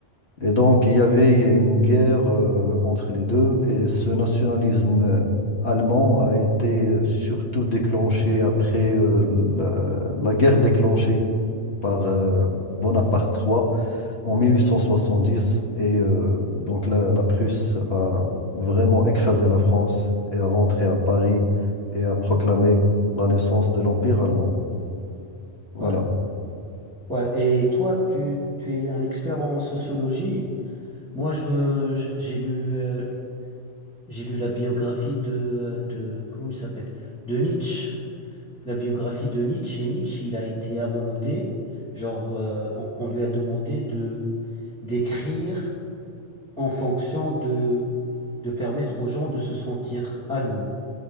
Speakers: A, on the left (about 60°); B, in the centre.
A: Et donc, il y avait une guerre euh, entre les deux. Et ce nationalisme euh, allemand a été euh, surtout déclenché après euh, la, la guerre déclenchée par euh, Bonaparte III en 1870. Et euh, donc la, la Prusse a vraiment écrasé la France et a rentré à Paris et a proclamé la naissance de l'Empire allemand. Voilà.
B: ouais. Ouais, et toi, tu, tu es un expert en sociologie. Moi, je me, j'ai lu, euh, j'ai lu la biographie de, euh, de, comment il s'appelle? De Nietzsche. La biographie de Nietzsche. Et Nietzsche, il a été amendé. Genre, euh, on, on lui a demandé de, d'écrire en fonction de, de permettre aux gens de se sentir allemands.